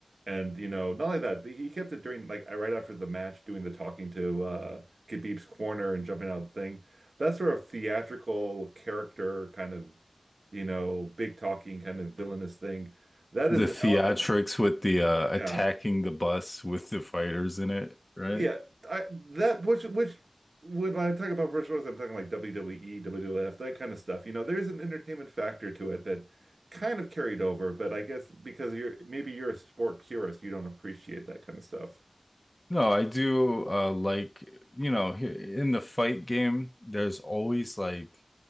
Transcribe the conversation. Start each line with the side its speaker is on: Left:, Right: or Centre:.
Right: and you know, not only that, he kept it during like right after the match, doing the talking to uh Khabib's corner and jumping out of the thing, that sort of theatrical character kind of, you know, big talking kind of villainous thing. That
Left: the
Right: is an
Left: theatrics
Right: element,
Left: with the uh,
Right: yeah.
Left: attacking the bus with the fighters in it, right?
Right: yeah, I that which which when I talk about virtual wrestling, I'm talking like WWE, WWF, that kind of stuff. You know, there's an entertainment factor to it that kind of carried over, but I guess because you're maybe you're a sport purist, you don't appreciate that kind of stuff.
Left: No, I do uh like you know he- in the fight game there's always like